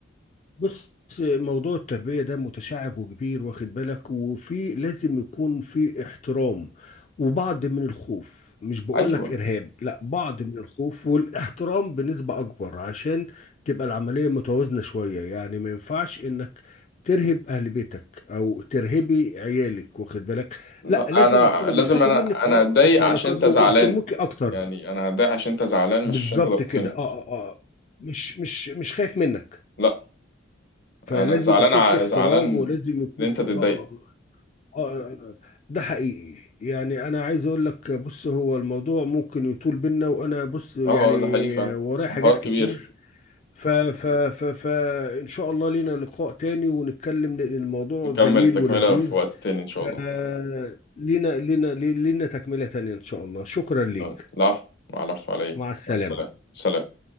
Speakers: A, on the left; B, on the left.
A: بص موضوع التربية ده متشعب وكبير واخد بالك وفي لازم يكون في احترام وبعض من الخوف مش بقول
B: ايوه
A: لك إرهاب لا بعض من الخوف والاحترام بنسبة أكبر عشان تبقى العملية متوازنة شوية يعني ما ينفعش إنك ترهب أهل بيتك أو ترهبي عيالك واخد بالك
B: لا
A: لا لازم
B: انا
A: يكونوا
B: لازم
A: بيخافوا
B: انا
A: منك
B: انا
A: أه
B: اتضايق
A: أنت على
B: عشان
A: قدر
B: انت زعلان
A: وبيحترموك أكتر
B: يعني انا هتضايق عشان انت زعلان
A: بالظبط
B: مش عشان انت ضربتني
A: كده أه أه أه مش مش مش خايف منك
B: لا
A: فلازم
B: انا زعلان
A: يكون
B: ع-
A: في احترام
B: زعلان
A: ولازم يكون
B: ان انت
A: في
B: تتضايق
A: آه آه آه ده حقيقي يعني انا عايز اقول لك بص هو الموضوع ممكن يطول بينا وانا بص يعني
B: اه اه، ده حقيقي فعلا
A: ورايا حاجات
B: الحوار
A: كتير
B: كبير
A: ف ف ف ف ان شاء الله لينا لقاء تاني ونتكلم لأن الموضوع
B: نكمل
A: جميل
B: التكمله
A: ولذيذ
B: في وقت تاني ان شاء
A: ف-
B: الله
A: لينا لينا لينا تكملة تانية ان شاء الله شكرا ليك
B: اه، العفو العفو عليا
A: مع السلامة
B: مع السلامه سلام